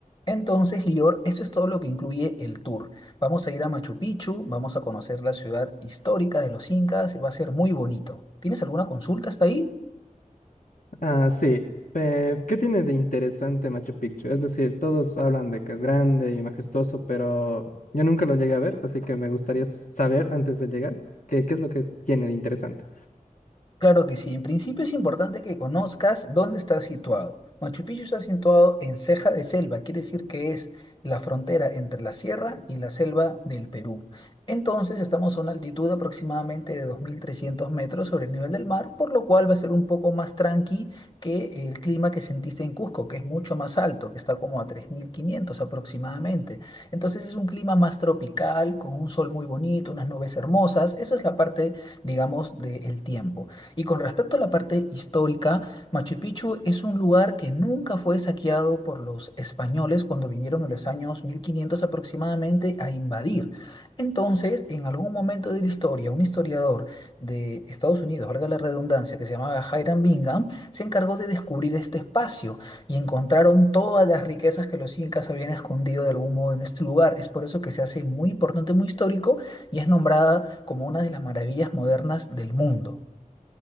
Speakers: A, on the left (about 35°); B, on the left (about 65°).
A: Entonces, Lior, eso es todo lo que incluye el tour. Vamos a ir a Machu Picchu, vamos a conocer la ciudad histórica de los incas y va a ser muy bonito. ¿Tienes alguna consulta hasta ahí?
B: Ah, sí. Eh, ¿qué tiene de interesante Machu Picchu? Es decir, todos hablan de que es grande y majestuoso, pero yo nunca lo llegué a ver, así que me gustaría s- saber antes de llegar qué, qué es lo que tiene de interesante.
A: Claro que sí. En principio es importante que conozcas dónde está situado. Machu Picchu está situado en ceja de selva, quiere decir que es la frontera entre la sierra y la selva del Perú. Entonces estamos a una altitud aproximadamente de 2.300 metros sobre el nivel del mar, por lo cual va a ser un poco más tranqui que el clima que sentiste en Cusco, que es mucho más alto, que está como a 3.500 aproximadamente. Entonces es un clima más tropical, con un sol muy bonito, unas nubes hermosas. Eso es la parte, digamos, del tiempo. Y con respecto a la parte histórica, Machu Picchu es un lugar que nunca fue saqueado por los españoles cuando vinieron en los años 1500 aproximadamente a invadir. Entonces, en algún momento de la historia, un historiador de Estados Unidos, valga la redundancia, que se llamaba Hiram Bingham, se encargó de descubrir este espacio y encontraron todas las riquezas que los incas habían escondido de algún modo en este lugar. Es por eso que se hace muy importante, muy histórico y es nombrada como una de las maravillas modernas del mundo.